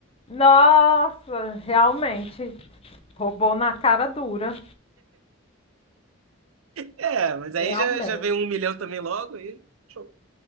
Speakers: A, on the left; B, on the right.
A: Nossa, realmente. Roubou na cara dura.
B: É, mas aí
A: Realmente.
B: já, já vem um milhão também logo. E... show.